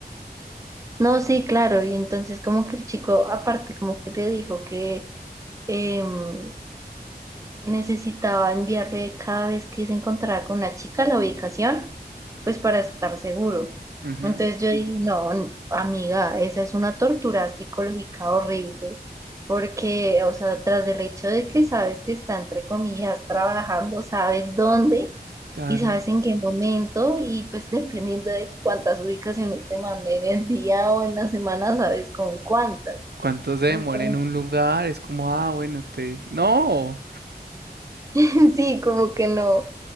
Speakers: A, on the right; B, on the right.
A: No, sí, claro, y entonces como que el chico aparte como que le dijo que... em, necesitaba enviarle cada vez que se encontraba con una chica la ubicación, pues para estar seguro.
B: <laughs> Ujú,
A: Entonces yo dije, no, n- amiga, esa es una tortura psicológica horrible, porque, o sea, tras el hecho de que sabes que está, entre comillas, trabajando, sabes dónde
B: claro.
A: y sabes en qué momento, y pues dependiendo de cuántas ubicaciones te mande en el día o en la semana, sabes con cuántas.
B: ¿Cuánto se
A: Entonces,
B: demora en un lugar? Es como, ah, bueno, te... No.
A: <laughs> sí, como que no.